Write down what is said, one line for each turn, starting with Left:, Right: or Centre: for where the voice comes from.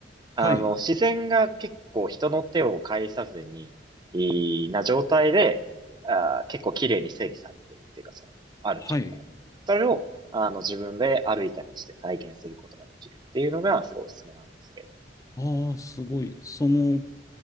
Right: あの、
Left: はい。
Right: 自然が結構人の手を介さずに、いいな状態で、あー、結構綺麗に整備されてるっていうか、その、ある状態。
Left: はい。
Right: それを、あの、自分で歩いたりして体験することができるっていうのが、すごいおすすめなんですけれど。
Left: ああ、すごい。その、